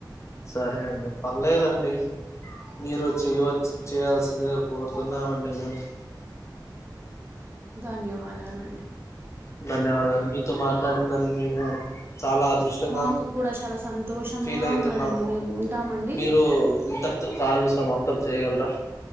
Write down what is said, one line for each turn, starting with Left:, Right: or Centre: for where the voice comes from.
Left: సరే అండి పర్లేదండి మీరు చేయవచ్చ చేయాల్సిందిగా కోరుతున్నామండి మేము
Right: ధన్యవాదాలండి
Left: ధన్యవాదాలు మీతో మాట్లాడినీ దానికి మేము చాలా అదృష్టం
Right: మాకు కూడా చాలా సంతోషముగా
Left: ఫీల్ అయితున్నాము
Right: ఉన్నదండి మేము ఉంటామండి
Left: మీరు ఇంత కాల్ సమాప్తం చేయగలరా